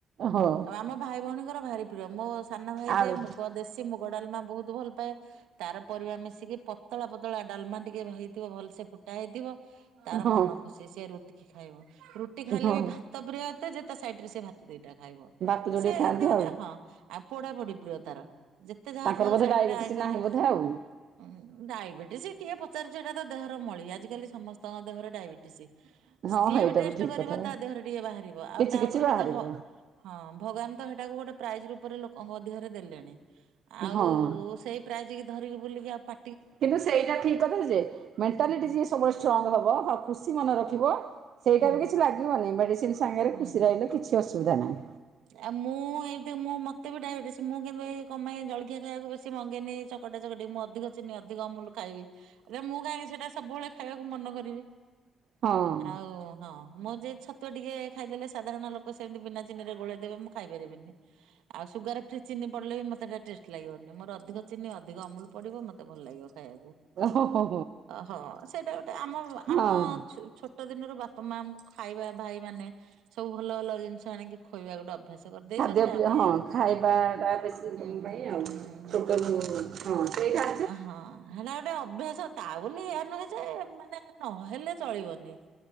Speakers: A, on the right; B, on the right.
A: ହଁ।
B: ଆଉ ଆମ ଭାଇ ଭଉଣୀଙ୍କର ଭାରି ପ୍ରିୟ ମୋ ସାନ ଭାଇ
A: ଆଳୁ
B: ଯିଏ ମୁଗ ଦେଶୀ ମୁଗ ଡାଲମା ବହୁତ ଭଲ ପାଏ। ତାର ପରିବା ମିଶିକି ପତଳା ପତଳା ଡାଲମା ଟିକେ ହେଇଥିବ ଭଲସେ ଫୁଟା ହେଇଥିବ ତାର
A: ହଁ
B: ମନ ଖୁସି ସେ ରୁ ଖାଇବ ରୁଟି ଖାଇଲେ
A: ହଁ
B: ବି ଭାତ ପ୍ରିୟ ଏତେ ଯେ ତା ସାଇଡରେ ସେ ଭାତ ଦିଟା ଖାଇବ।
A: ଭାତ ଯୋଡିଏ
B: ସେ
A: ଖାଆନ୍ତି
B: ଏମିତି ଗୋଟେ
A: ଆଉ
B: ହଁ ଆଉ ପୋଡା ପୋଡି ପ୍ରିୟ ତାର। ଯେତେ ଯାହା
A: ତାଙ୍କର
B: ଥାଉ
A: ବୋଧେ
B: ସାଇଟ
A: ଡାଇବେଟିସ୍
B: ରେ ଆଇଁଷା
A: ନାହିଁ
B: ଥାଉ
A: ବୋଧେ ଆଉ
B: ଉଁ ଡାଇବେଟିସ କିଏ ପଚାରୁଚି ଏଟା ତ ଦେହର ମଳି ଆଜିିକାଲି ସମସ୍ତଙ୍କ ଦେହରେ ଡାଇବେଟିସ।
A: ହଁ
B: ଯିଏ
A: ଏଇଟା
B: ବି ଟେଷ୍ଟ
A: ଠିକ୍
B: କରିବ
A: କଥା
B: ତା ଦେହରେ ଟିକେ ବାହାରିବ ଆଉ
A: କିଛି
B: ତା
A: କିଛି
B: ବୋଲି
A: ବାହାରିବ
B: ତ ଭ ହଁ ଭଗବାନ ତ ହେଟାକୁ ଗୋଟେ ପ୍ରାଇଜ ରୂପରେ ଲୋକଙ୍କ ମଧ୍ୟରେ ଦେଲେଣି ଆଉ
A: ହଁ।
B: ସେଇ ପ୍ରାଇଜିକି ଧରିକି ବୁଲିକି ଆଉ ପା
A: କିନ୍ତୁ ସେଇଟା ଠିକ୍ କଥା ଯେ ମେଣ୍ଟାଲିଟି
B: ହୁଁ
A: ଯିଏ ସବୁବେଳେ ଷ୍ଟ୍ରଙ୍ଗ ହବ ହଁ ଖୁସି ମନେ ରଖିବ। ସେଇଟା
B: ହୁଁ
A: ବି କିଛି ଲାଗିବନି ମେଡିସିନ ସାଙ୍ଗରେ
B: ହୁଁ।
A: ଖୁସି ରହିଲେ କିଛି ଅସୁବିଧା
B: <unintelligible>
A: ନାହିଁ।
B: ଆଉ ମୁଁ ଏ ମୁଁ ମତେ ବି ଡାଇବେଟିସ୍ ମୁଁ କିନ୍ତୁ ଏଇ କପାଇଁ ଏ ଜଳଖିଆ ଖାଇବାକୁ ବେଶୀ ମଙ୍ଗେନି ଏ ଚ କଟା ଚକଟି ମୁଁ ଅଧିକ ଚିନି ଅଧିକ ଅମୁଲୁ ଖାଇବି ହେଲେ ମୁଁ କାହିଁକି ସେଟା ସବୁବେଳେ ଖାଇବାକୁ ମନ କରିବି।
A: ହଁ
B: ଆଉ ହଁ ମୁଁ ଯେ ଛତୁ ଟିକେ ଖାଇଦେଲେ ସାଧାରଣ ଲୋକ କ ସେମିତି ବିନା ଚିନିରେ ଗୋଲେଇ ଦେବେ ମୁଁ ଖାଇ ପାରିବିନି। ଆଉ ସୁଗାର ଫ୍ରି ଚିନି ପଡିଲେ ବି ମତେ ହେଟା ଟେଷ୍ଟ ଲାଗିବନି ମୋର ଅଧିକ ଚିନି ଅଧିକ ଅମୁଲ୍ ପଡିବ ମ ମତେ ଭଲ ଲାଗିବ ଖାଇବାକୁ
A: ହଁ
B: ହଁ ସେଇଟା ଗୋଟେ ଆମ
A: ହଁ
B: ଆମ ଛ। ଛୋଟ ଦିନରୁ ବାପା ମାଙ୍କୁ ଖାଇବା ଭାଇ ମାନେ ସବୁ ଭଲ ଭଲ ଜିନିଷ ଆଣିକି ଖୋଇବା ଗୋଟେ ଅଭ୍ୟାସ। କରିଦେଇଛନ୍ତି
A: ଖାଦ୍ୟ
B: ଯେ ଆମେ
A: ହଁ ଖାଇବାଟା ବେଶୀ
B: ହୁଁ
A: ତମ
B: ହୁଁ
A: ପାଇଁ ଆଉ
B: ହୁଁ ହୁଁ।
A: ଛୋଟରୁ ହଁ ହଁ ସେଇଟା।
B: ଓ ହଁ ହେଟା ଗୋଟେ ଅଭ୍ୟାସ। ତା ବୋଲି ଏୟା ନୁହେଁ ଯେ ମାନେ ନହେଲେ ଚଳିବନି